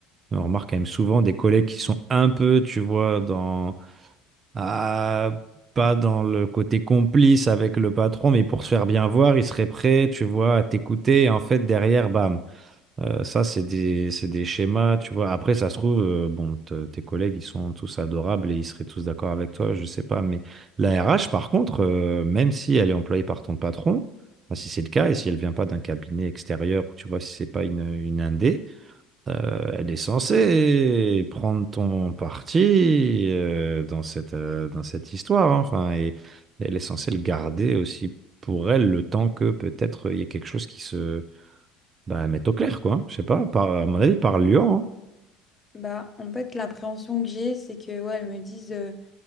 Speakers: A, on the right (about 35°); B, on the left (about 25°).
A: on remarque quand même souvent des collègues qui sont un peu, tu vois, dans, ah, pas dans le côté complice avec le patron, mais pour se faire bien voir, ils seraient prêts, tu vois, à t'écouter. Et en fait, derrière, bam. Euh, ça, c'est des, c'est des schémas, tu vois. Après, ça se trouve, euh, bon, te- tes collègues, ils sont tous adorables et ils seraient tous d'accord avec toi, je sais pas. Mais la RH, par contre, euh, même si elle est employée par ton patron, enfin, si c'est le cas et si elle vient pas d'un cabinet extérieur, ou tu vois, si c'est pas une, une indé, euh, elle est censée prendre ton parti euh, dans cette, euh, dans cette histoire. hein. Enfin, et elle est censée le garder aussi pour elle le temps que peut-être il y ait quelque chose qui se bah, mette au clair, quoi. Je sais pas, par, à mon avis, par Lyon. hein.
B: Bah en fait, l'appréhension que j'ai, c'est que ouais, elles me disent. euh,